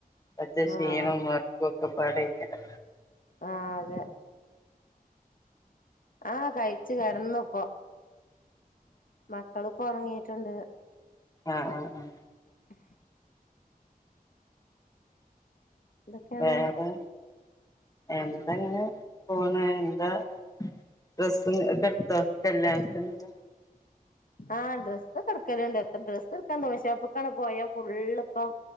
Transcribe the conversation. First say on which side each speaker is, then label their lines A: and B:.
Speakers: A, on the left; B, on the left.
A: കുറച്ച ക്ഷീണം
B: ആഹ്
A: ഉറക്കം ഒക്കെ പാട്ടെ യക്കാരി
B: ആഹ അതെ ആഹ കഴച്ച്ു കിടന്നപ്പൊ മക്കള്ിപ്പോ ഉറങ്ങിട്ടുണ്ട്
A: ആഹ ആഹ ഉഹ
B: ആ എന്തൊക്കെയാണ്
A: വേറെ എ ങ്ങനെ പോണ എന്താ ഡ്രസ ഒെ എടുത്ത കല്യാണത്തി ന്ന
B: ആഹ ഡ്രസ് കിടക്കലുണ്ട് എത്ര ഡ്രസ്സ് എടുക്കാൻ തുണി ഷോപ്പക്കാണ് പോയ ഫുള്ിപ്പ